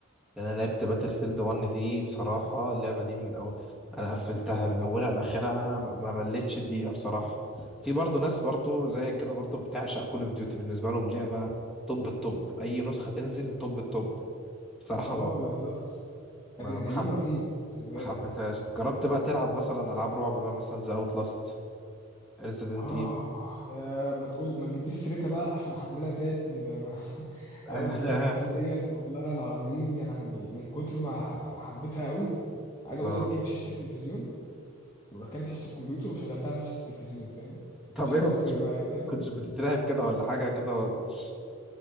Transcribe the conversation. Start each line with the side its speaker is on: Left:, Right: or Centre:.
Centre: يعني انا لعبت باتل فيلد 1 دي بصراحه اللعبه دي من أو... انا قفلتها من اولها لاخرها ما ما مليتش دقيقه بصراحه في برضه ناس برضه زيك كده برضه بتعشق كول اوف ديوتي بالنسبه لهم لعبه توب التوب اي نسخه تنزل توب التوب بصراحه
Left: ما اه
Centre: ما
Left: بالظبط
Centre: ما
Left: ادرينالين
Centre: ما حب...
Left: رهيب خلي بالك
Centre: ما حبيتهاش جربت بقى تلعب مثلا العاب رعب بقى مثلا زي اوت لاست ريزيدنت
Left: اه يا ما تقول ما تجيبليش سيرتها بقى احسن احملها تاني ده انا <laughs>
Centre: <laughs>
Left: اوت لاست 2 ديت والله العظيم يعني من كتر ما ح- حبيتها قوي عايز
Centre: اه
Left: اقول لك جبت شاشة التلفزيون وركنت شاشة الكمبيوتر وشغلتها على شاشة التلفزيون فاهم
Centre: طب
Left: عشان
Centre: ايه ما
Left: خاطر
Centre: كنتش بت...
Left: بقى فاهم
Centre: كنتش بتترعب كده ولا حاجة كده ولا كنتش